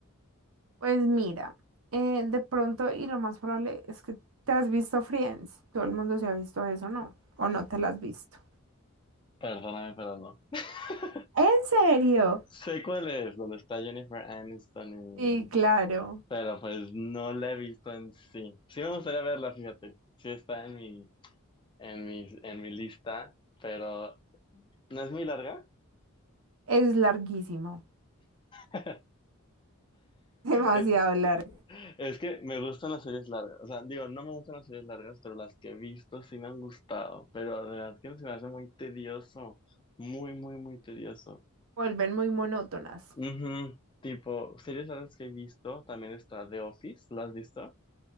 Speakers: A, on the right; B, on the left.
A: Pues mira, eh, de pronto y lo más probable es que te has visto Friends. Todo el mundo se ha visto eso, ¿no? ¿O no te lo has visto?
B: Perdóname, pero no. <laughs>
A: ¿En serio?
B: Sé cuál es, donde está Jennifer Aniston
A: Sí, claro.
B: y... Pero pues no la he visto en sí. Sí me gustaría verla, fíjate. Sí está en mi, en mi, en mi lista, pero no es muy larga.
A: Es larguísimo,
B: <laughs>
A: <laughs> demasiado
B: Es
A: largo.
B: es que me gustan las series largas. O sea, digo, no me gustan las series largas, pero las que he visto sí me han gustado. Pero de verdad que se me hace muy tedioso. Muy, muy, muy tedioso.
A: Vuelven muy monótonas.
B: Ujú. Tipo, series largas que he visto, también está The Office, ¿la has visto?